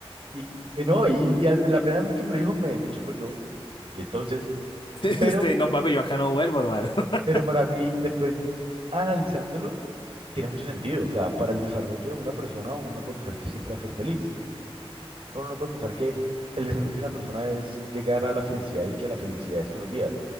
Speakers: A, on the right; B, on the left.
A: Y, y- y no, y, y al- la primera vez que me lo dijo me, me chocó yo. Y entonces,
B: Este,
A: pero...
B: no, papi, yo acá no vuelvo, hermano. <laughs>
A: Pero para mí, después analizándolo, tiene mucho sentido. O sea, para el desarrollo de una persona, uno no puede pensar que siempre va a ser feliz. Uno no puede pensar que el desarrollo de una persona es llegar a la felicidad y que la felicidad es todos los días.